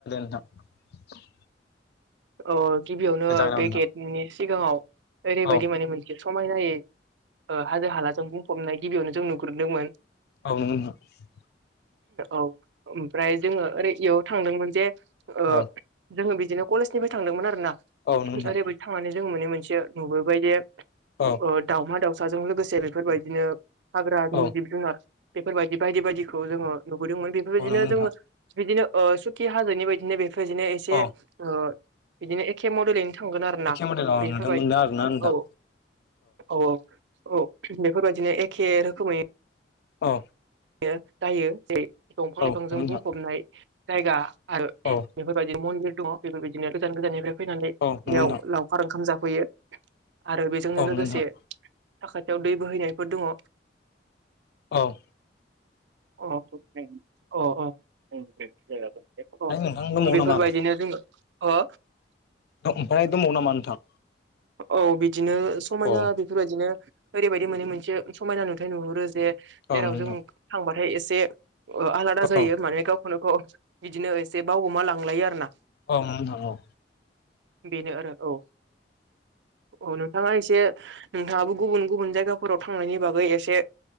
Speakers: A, on the left; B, on the right.
A: <inaudible>
B: अ गिबियावनो
A: दे जागायना
B: बे गेटनि सिगाङाव ओरैबायदि
A: हो
B: माने मोनसे समायनायै ओ हाजो हालाजों बुंफबनाय गिबियावनो जों नुग्रोदोंमोन।
A: औ नोंगौ नोंथां।
B: औ ओमफ्राय जोङो ओरै इयाव थांदोंमोन जे ओ
A: औ
B: जोङो बिदिनो कलेजनिफ्राय थांदोंमोन आरो ना
A: औ नंगौ नोंथां
B: ओरैबायदि थांनानै जों मोने मोनसे नुबोबाय जे
A: औ
B: ओ दावमा दाउसाजों लोगोसे बेफोरबायदिनो हाग्रानि
A: औ नंगौ
B: जिब जुनार बेफोरबायदि बायदि बायदिखौ जोङो नुबोदोंमोन बेफोरबायदिनो
A: नोंथां औ नंगौ नोंथां
B: जोङो बिदिनो ओ सुकि हाजोनि बायदिनो बेफोर बिदिनो एसे
A: औ
B: ओ बिदिनो एखे मडेलैनो थांगोन आरोना
A: एखे मडेलाव
B: बेफोरबायदि
A: नोंथां मोनदों आरोना नोंथां
B: औ औ औ औ बेफोरबायदिनो एखे रोखोमै
A: अ
B: यो जायो जे दंफां लाइफांजों
A: नंगौ नोंथां
B: बुंफबनाय जायगा आरो
A: औ
B: बेफोरबायदिनो मन्दिर दङ बेफोरबायदिनो गोजान गोजाननिफ्राय फैनानै
A: औ नंगौ
B: बेयाव
A: नोंथां
B: लावखार ओंखाम जाफै फैयो आरो बेजोंनो
A: औ
B: लोगोसे
A: नंगौ नोंथां औ
B: साखाथियाव दै बोहैनायफोर दङ।
A: औ
B: अ <unintelligible> अ अ उम दे <unintelligible>
A: नोंथां दंबावो
B: अ बेफोरबायदिनो
A: नामा आरो
B: जोङो ओ
A: ओमफ्राय दंबावो नामा नोंथां।
B: औ बिदिनो समायना
A: अ
B: बेफोरबायदिनो ओरैबायदि मोने मोनसे समायना नुथाय नुहरो जे
A: औ
B: जेराव
A: नोंथां
B: जों थांबाथाय एसे आलादा जायो
A: औ
B: माने गावखौनो गाव बिदिनो एसे बावगुमा लांलायो आरो ना।
A: औ नोंथां औ
B: बेनो आरो औ औ नोंथाङा एसे नोंथाङाबो गुबुन गुबुन जायगाफोराव थांनायनि बागै एसे